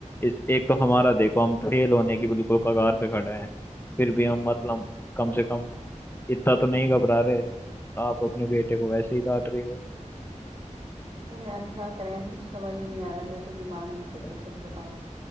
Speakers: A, on the left; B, on the right.
A: इस एक तो हमारा देखो हम फेल होने की बिल्कुल कगार पे खड़े हैं फिर भी हम मतलब कम से कम इतना तो नहीं घबरा रहे आप अपने बेटे को वैसे ही डांट रही
B: अरे यार क्या करें यार कुछ समझ ही नहीं आ रहा मेरे तो दिमाग नहीं चलता
A: हो
B: सच बताऊं